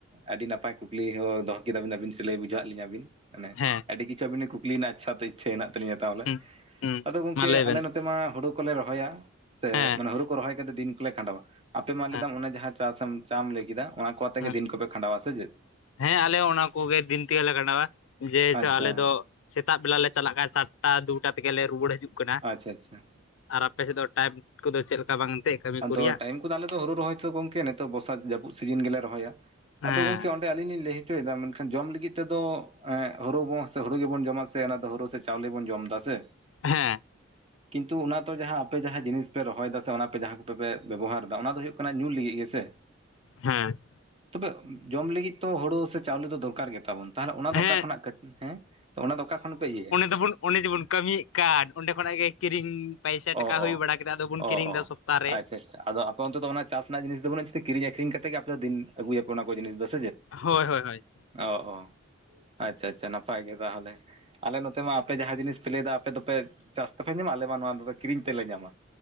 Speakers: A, on the right; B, on the left.
A: ᱟᱹᱰᱤ ᱱᱟᱯᱟᱭ ᱠᱩᱠᱞᱤ ᱦᱚᱸ ᱫᱚᱦᱚ ᱠᱮᱫᱟᱵᱤᱱ ᱟᱵᱤᱱ ᱥᱮ ᱞᱮᱭ ᱵᱩᱡᱷᱟᱹᱣᱟᱜ ᱞᱤᱧᱟᱹ ᱵᱤᱱ᱾ ᱢᱟᱱᱮ
B: ᱦᱮᱸ
A: ᱟᱹᱰᱤ ᱠᱤᱪᱷᱩ ᱟᱹᱵᱤᱱ ᱱᱟᱜ ᱠᱩᱠᱞᱤ ᱱᱟᱜ ᱟᱪᱪᱷᱟ ᱛᱮ ᱤᱪᱪᱷᱟ ᱦᱮᱱᱟᱜ ᱤᱪᱪᱷᱟᱹ ᱦᱮᱱᱟᱜ ᱛᱟᱞᱤᱧᱟ ᱛᱟᱦᱚᱞᱮ
B: ᱦᱩᱸ ᱦᱩᱸ
A: ᱟᱫᱚ ᱜᱚᱝᱠᱮ
B: ᱢᱟ ᱞᱟᱹᱭ ᱵᱮᱱ
A: ᱟᱞᱮ ᱱᱚ᱾ ᱛᱮ ᱢᱟ ᱦᱳᱲᱳ ᱠᱚᱞᱮ ᱨᱚᱦᱚᱭᱟ ᱥᱮ
B: ᱦᱮᱸ
A: ᱢᱟᱱᱮ ᱦᱩᱲᱩ ᱠᱚ ᱨᱚᱦᱚᱭ ᱠᱟᱛᱮ ᱫᱤᱱ ᱠᱚᱞᱮ ᱠᱷᱟᱸᱰᱟᱣᱟ ᱟᱯᱮᱢᱟ
B: ᱦᱮᱸ
A: ᱞᱮᱫᱟᱢ ᱚᱱᱮ ᱡᱟᱦᱟᱸ᱾ ᱪᱟᱥᱮᱢ ᱪᱟᱢ ᱞᱟᱹᱭ ᱠᱮᱫᱟ ᱚᱱᱟ ᱠᱚ ᱟᱛᱮᱜ
B: ᱦᱮᱸ
A: ᱜᱮ ᱫᱤᱱ ᱠᱚᱯᱮ ᱠᱷᱟᱸᱰᱟᱣᱟ ᱥᱮ ᱪᱮᱫ᱾
B: ᱦᱮᱸ ᱟᱞᱮ ᱚᱱᱟ ᱠᱚᱜᱮ ᱫᱤᱱ ᱛᱮᱜᱮᱞᱮ ᱠᱟᱴᱟᱣᱟ ᱡᱮᱭ ᱥᱮ
A: ᱟᱪᱪᱷᱟ
B: ᱟᱞᱮ ᱫᱚ᱾ ᱥᱮᱛᱟᱜ ᱵᱮᱞᱟ ᱞᱮ ᱪᱟᱞᱟᱜ ᱠᱷᱟᱡ ᱥᱟᱛᱴᱟ ᱫᱩᱴᱟ ᱛᱮᱜᱮᱞᱮ ᱨᱩᱣᱟᱹᱲ ᱦᱤᱡᱩᱜ ᱠᱟᱱᱟ
A: ᱟᱪᱪᱷᱟ ᱟᱪᱪᱷᱟ
B: ᱟᱨ᱾ ᱟᱯᱮᱥᱮᱫ ᱫᱚ ᱴᱟᱭᱤᱢ ᱠᱚᱫᱚ ᱪᱮᱫ ᱞᱮᱠᱟ ᱵᱟᱝ ᱮᱱᱛᱜ ᱠᱟᱹᱢᱤ ᱠᱚ
A: ᱟᱫᱚ
B: ᱨᱮᱭᱟᱜ
A: ᱴᱟᱭᱤᱢ
B: ᱾
A: ᱟᱞᱮ ᱫᱚ ᱦᱩᱲᱩ ᱨᱚᱦᱚᱭ ᱛᱚ ᱜᱚᱝᱠᱮ ᱱᱤᱛᱚᱜ ᱵᱚᱨᱥᱟ ᱡᱟᱹᱯᱩᱫ ᱥᱤᱡᱤᱱ ᱜᱮᱞᱮ ᱨᱚᱦᱭᱟ
B: ᱦᱮᱸ
A: ᱟᱫᱚ ᱜᱚᱝᱠᱮ ᱚᱸᱰᱮ ᱟᱧᱤᱧ ᱞᱤᱧ ᱞᱟᱹᱭᱼᱟ ᱾ ᱢᱮᱱᱠᱷᱟᱱ ᱡᱚᱢ ᱞᱟᱹᱜᱤᱫ ᱛᱮᱫᱚ ᱦᱩᱲᱩ ᱥᱮ ᱦᱩᱲᱩ ᱜᱮᱵᱚᱱ ᱡᱚᱢᱟ ᱥᱮ ᱦᱩᱲᱩ᱾ ᱪᱟᱣᱞᱮ ᱵᱚᱱ ᱡᱚᱢ ᱫᱟ ᱥᱮ ᱾
B: ᱦᱮᱸ᱾
A: ᱠᱤᱱᱛᱩ ᱚᱱᱟ ᱛᱚ ᱡᱟᱦᱟᱸ ᱟᱯᱮ ᱡᱟᱦᱟᱸ ᱡᱤᱱᱤᱥ ᱯᱮ ᱨᱚᱦᱚᱭ ᱫᱟ ᱥᱮ ᱚᱱᱟ ᱯᱮ ᱡᱟᱦᱟᱸ᱾ ᱫᱚ ᱟᱯᱮᱯᱮ ᱵᱮᱵᱚᱦᱟᱨ ᱮᱫᱟ ᱚᱱᱟ ᱫᱚ ᱦᱳᱭᱳᱜ ᱠᱟᱱᱟ ᱧᱩ ᱞᱟᱹᱜᱤᱫ ᱜᱮᱥᱮ ᱾
B: ᱦᱮᱸ᱾
A: ᱛᱚᱵᱮ ᱡᱚᱢ ᱞᱟᱹᱜᱤᱫ ᱛᱚ ᱦᱩᱲᱩ ᱥᱮ ᱪᱟᱣᱞᱮ ᱫᱚᱨᱠᱟᱨ ᱜᱮ ᱛᱟᱵᱚᱱ ᱾ ᱛᱟᱦᱚᱞᱮ ᱚᱱᱟ ᱫᱚ
B: ᱦᱮᱸ
A: ᱠᱟ ᱠᱷᱚᱱᱟᱜ ᱠᱟᱹᱴ ᱦᱮᱸ ᱛᱚ ᱚᱱᱟ ᱫᱚ ᱠᱟ ᱠᱷᱚᱱ ᱯᱮ ᱤᱭᱟᱹᱭᱟ ᱾
B: ᱫᱚᱵᱚᱱ ᱚᱸᱰᱮ ᱡᱮᱵᱚᱱ ᱠᱟᱹᱢᱤᱭᱮᱫ ᱠᱟᱱ ᱚᱸᱰᱮ ᱠᱷᱚᱱᱟᱜ ᱜᱮ ᱠᱤᱨᱤᱧ᱾ ᱯᱟᱭᱥᱟ ᱴᱟᱠᱟ
A: ᱚ
B: ᱦᱩᱭ
A: ᱚ
B: ᱵᱟᱲᱟ ᱠᱮᱫᱟ ᱟᱫᱚ ᱵᱚᱱ ᱠᱤᱨᱤᱧ
A: ᱚ
B: ᱮᱫᱟ
A: ᱚ
B: ᱥᱚᱯᱛᱟᱨᱮ
A: ᱟᱪᱪᱷᱟ
B: ᱾
A: ᱟᱫᱚ᱾ ᱛᱚ ᱚᱱᱛᱮ ᱫᱚ ᱚᱱᱟ ᱪᱟᱥ ᱨᱮᱱᱟᱜ ᱡᱤᱱᱤᱥ ᱫᱚ ᱵᱟᱹᱱᱩᱜ ᱠᱤᱨᱤᱧ ᱟᱠᱷᱨᱤᱧ ᱠᱟᱛᱮ ᱜᱮ ᱟᱯᱮ ᱫᱤᱱ ᱟᱹᱜᱩᱭ ᱟᱯᱮ ᱚᱱᱟ ᱠᱚ ᱡᱤᱱᱤᱥ ᱫᱚ ᱥᱮᱪᱮᱫ ᱾
B: ᱦᱳᱭ ᱦᱳᱭ ᱦᱳᱭ ᱾
A: ᱚ ᱚ ᱟᱪᱷᱟ ᱟᱪᱷᱟ ᱱᱟᱯᱟᱭ ᱜᱮ ᱛᱟᱦᱚᱞᱮ ᱾ ᱟᱞᱮ ᱱᱚᱛᱮ ᱢᱟ ᱟᱯᱮ ᱡᱟᱦᱟᱸ ᱡᱤᱱᱤᱥ ᱯᱮ ᱞᱟᱹᱭᱮᱫᱟ ᱟᱯᱮ ᱫᱚᱯᱮ ᱪᱟᱥ ᱛᱮᱯᱮ ᱧᱟᱢᱟ ᱟᱞᱮ ᱢᱟ ᱱᱚᱣᱟ ᱠᱤᱨᱤᱧ ᱛᱮᱞᱮ ᱧᱟᱢᱟ ᱾